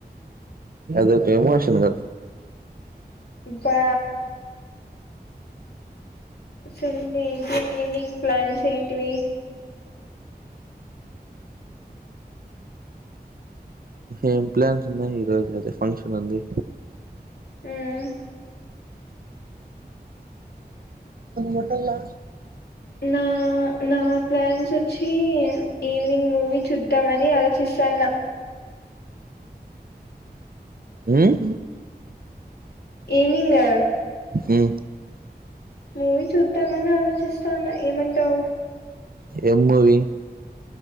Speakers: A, on the right (about 60°); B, on the left (about 75°).
A: ఆది ఒక ఎమోషన్ క
B: అబ్బా సర్లే ఈవినింగ్ ప్లాన్స్ ఏంటివి
A: ఏం ప్లాన్స్ ఉన్నాయి ఈ రోజు అయితే ఫంక్షన్ ఉంది
B: హమ్
A: మట్టలా
B: నా నా ప్లాన్స్ వచి ఈవినింగ్ మూవీ చూద్దాంమని ఆలోచిస్త సన్నా
A: హమ్
B: ఈవినింగ్
A: హమ్
B: మూవీ చూద్దామని ఆలోచిస్తాన్నా ఏమంటావు
A: ఎం మూవీ